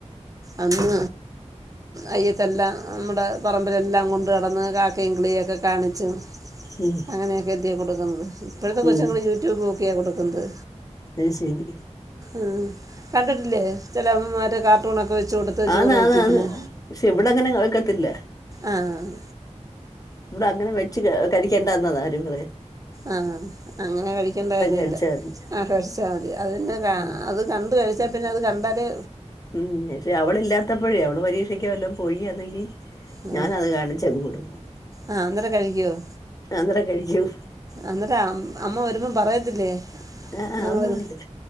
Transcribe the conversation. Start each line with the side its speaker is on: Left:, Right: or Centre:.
Right: അന്ന് അയ്യത്തെല്ലാം നമ്മുടെ പറമ്പിലെല്ലാം കൊണ്ട് നടന്ന് കാക്കേം കിളിയെക്കെ കാണിച്ചും
Left: ഉം
Right: അങ്ങനെയൊക്കെയല്ലേ കൊടുക്കുന്നത് ഇപ്പോഴത്തെ കൊച്ചുങ്ങള്
Left: ഉം
Right: യൂട്യൂബ് നോക്കിയാ കൊടുക്കുന്നത്
Left: അയ്ശേരി
Right: ആഹ് കണ്ടിട്ടില്ലേ ചില അമ്മമാര് കാർട്ടൂണോക്കെ വെച്ച് കൊടുത്ത്
Left: ആന്ന്
Right: ചോറ് തീറ്റിക്കുന്ന്
Left: ആന്ന് ആന്ന് പക്ഷെ ഇവിടെ അങ്ങനെ വാക്കത്തില്ല
Right: ആഹ്
Left: ഇവിടെ അങ്ങനെ വെച്ച് കഴിക്കേണ്ടന്ന <unintelligible>
Right: ആഹ് അങ്ങനെ കഴിക്കണ്ട കാര്യം
Left: കഴിച്ചാ
Right: ഇല്ല
Left: മതി
Right: ആഹ് കഴിച്ചാൽ മതി അത് പിന്നെ
Left: ഉം
Right: അത് കണ്ട് കഴിച്ചാൽ പിന്നെ അത് കണ്ടാലെ
Left: ഉം പക്ഷെ അവളില്ലാത്തപ്പോഴേ അവള് പരീക്ഷക്ക വല്ലാം പോയിയാന്നെങ്കി
Right: ആ
Left: ഞാൻ അത് കാണിച്ചാങ്ങ് കൊടുക്കും
Right: ആ അന്നേരം കഴിക്കുമോ
Left: അന്നേരം കഴിക്കും
Right: അന്നേരം അമ്മ വരുമ്പോം പറയത്തില്ലേ
Left: ആഹ്
Right: ഞങ്ങള്
Left: അതൊന്നുല്ല